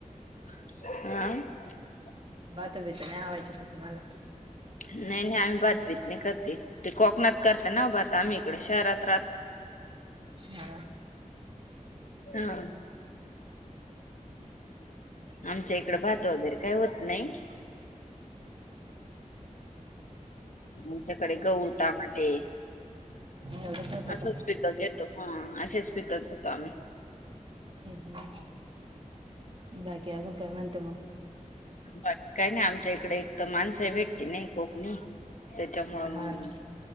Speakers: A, on the left; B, on the right.
A: ह.
B: बातबच नाही आवायची का तुम्हाला?
A: नाही नाही, आम्ही भातभीत नाही करते ते कोकणात करत ना भात आम्ही इकडे शहरात राहतो.
B: हा.
A: हा. आमच्या इकड भात वगैरे काही होत नाही. आच्याकडे गहु, टामाटे.
B: एवढंच होतं
A: असंच पिकं घेतो. हा, असे स्पीकर घेतो आम्ही.
B: हम् हम, बाकी अजून काय म्हणते मग?
A: बाकी काय नाही आमच्या इकडे एक तर माणसं भेटती नाही कोकणी. त्याच्यामुळं
B: हा
A: मग,
B: ना